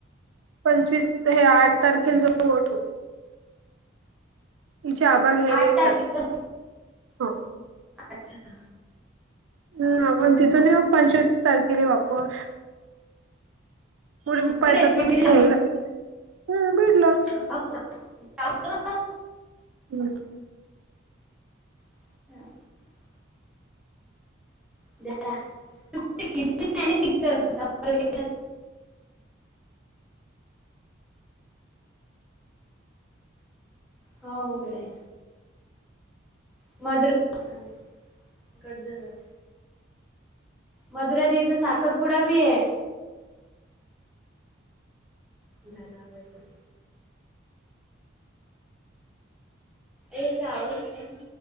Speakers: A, on the right; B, in the centre.
A: पंचवीस ते आठ तारखेला जवळ होत. हिचे आबा घ्यायला
B: आठ
A: येतात.
B: तारखेला
A: हो
B: अच्छा!
A: ह आपण तिथून पंचवीस तारखेला वापस, पुढे पप्पा
B: इकडेच
A: येतात
B: बीडला
A: ना घ्यायला ह भेडलच.
B: अछा <unintelligible>
A: हम् <inaudible>
B: <unintelligible> <unintelligible> हो गड्या. <unintelligible> कट झाला मधुरा दी चा साखरपुडा बी ये. झाला आवाज बाई. ए जावंच नाही ना.